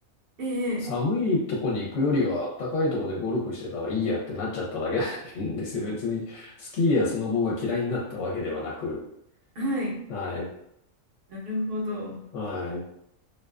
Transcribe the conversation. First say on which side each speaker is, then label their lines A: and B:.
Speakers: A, on the right; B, on the left.
A: ええ、
B: 寒いとこに行くよりは暖かいとこでゴルフしてたらいいやってなっちゃっただけなんですよ。別にスキーやスノボーが嫌いになったわけではなく。
A: はい。
B: はい。
A: なるほど。
B: はい。